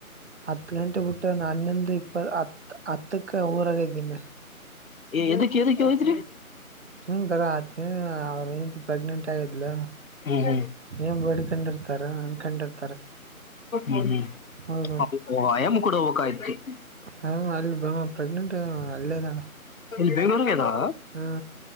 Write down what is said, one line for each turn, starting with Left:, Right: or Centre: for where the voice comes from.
Right: ಹತ್ ಗಂಟೆ ಬಿಟ್ಟ ನಾನು ಹನ್ನೊಂದು ಇಪ್ಪ ಹತ್ ಹತ್ತಕ್ಕ ಊರಾಗ ಇದ್ದೀನಿ
Left: ಎದಕ್ಕೆ ಎದಕ್ಕೆ ಹೋಗಿದ್ರಿ
Right: ಹೂ ಕಲಾ ಅದಕ್ಕೆ ಅವರೇ ಹೆಂಡತಿ ಪ್ರೆಗ್ನೆಂಟ್ ಆಗಿದ್ಲ
Left: ಹ್ಮ್
Right: ಏನ್ ಬೇಡ್ಕೊಂಡಿರ್ತಾರ ಅನ್ಕಂಡಿರ್
Left: ಹ್ಮ ಹ್ಮಯಾಮ
Right: ಹೋಗಿ
Left: ಕೂಡ ಹಯತಿ <inaudible>
Right: ಹ ಅಲ್ಲಿ ಪ್ರೆಗ್ನೆಂಟ್ ಇದ ಅಲ್ಲ ಇದಾನೆ
Left: ಇಲ್ಲಿ ಬೆಂಗಳೂರ್ಲ್ಲದಾವ <inaudible>
Right: ಹ್ಮ